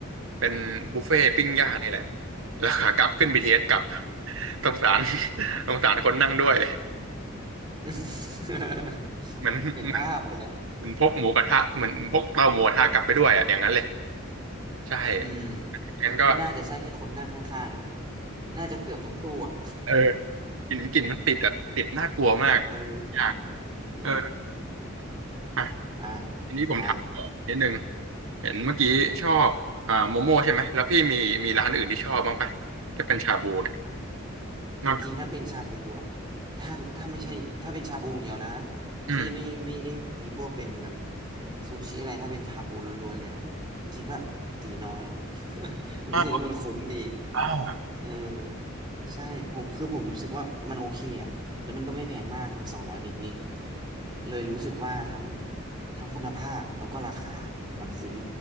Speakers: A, on the right; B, on the right.
A: เป็นบุฟเฟ่ต์ปิ้งย่างนี่แหละ
B: อ่า
A: แล้วขากลับขึ้นเทเอสกลับสงสาร <laughs> สงสารคนนั่งด้วย
B: <laughs>
A: เหมือนเหมือน
B: เห็นภาพเลยอ่ะ
A: เหมือนพกหมูกระทะเหมือนพกเตาหมูกระทะกลับไปด้วยอะอย่างนั้นเลยใช่
B: อืม
A: งั้นก็
B: ไม่น่าจะใช่แค่คนนั่งข้างๆอะน่าจะเกือบทั้งตู้อ่ะ
A: เออกลิ่นกลิ่นมันติดอะติดน่ากลัวมาก
B: <laughs> เออ
A: ยาก
B: อืม
A: เอออ่ะ
B: อ่ะ
A: ทีนี้ผมถามต่อนิดนึง
B: มา
A: เห็นเมื่อกี้ชอบอ่าโมโม่ใช่ไหมแล้วพี่มีมีร้านอื่นที่ชอบบ้างปะถ้าเป็นชาบูเนี่ย
B: จริงๆถ้าเป็นชาบูอะ
A: นอกจาก
B: ถ้าถ้าไม่ใช่ถ้าเป็นชาบูอย่างเดียวนะ
A: อืม
B: ที่ไม่ไม่ได้มีพวกเป็นแบบซูชิอะไรถ้าเป็นชาบูล้วนๆเลยอะจริงๆก็ตีน้อย <laughs> ผมรู้สึกว่ามันคุ้มดี
A: อ่าอา
B: เออใช่ผมคือผมรู้สึกว่ามันโอเคอ่ะแล้วมันก็ไม่แพงมากมันสองร้อยนิดๆเลยรู้สึกว่าทั้งทั้งคุณภาพแล้วก็ราคามันคุ้ม